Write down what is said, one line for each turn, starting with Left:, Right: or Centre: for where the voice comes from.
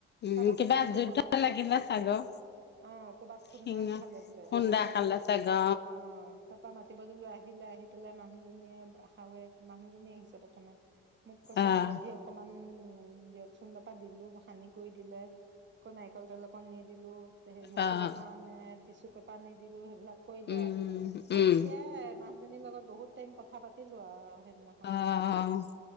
Left: উম,
Right: তাপা
Left: কিবা
Right: সিহঁতি
Left: যুদ্ধ
Right: কলে কৈ
Left: লাগিলে চাগৈ
Right: অঁ কবাত-
Left: শিঙত।
Right: বাঘ খালে বোলে
Left: খুন্দা
Right: অঁ অঁ।
Left: খালে চাগৈ
Right: অঁ তাপা মাতিব দিলো আহিলে আহি পেলাই মানুহজনীয়ে শাহুৱেক মানুহজনী আহিছে প্ৰথমে। মোক কৈছে
Left: অ',
Right: হালধি অকমান দিয়কচোন, তাপা দিলো সানি কৰি দিলে। কৌ নাৰিকল তেল অকণ নি দিলো। তে সেই মুচিবৰ
Left: অ', অ'।
Right: কাৰণে টিচু পেপাৰ নি দিলো সেইবিলাক কৰিলে
Left: উম,
Right: আৰু সেই
Left: উম,
Right: তেতিয়াই- মানুহজনীৰ লগত বহুত টাইম কথা পাতিলো আৰু সেইদিনাখন।
Left: অ',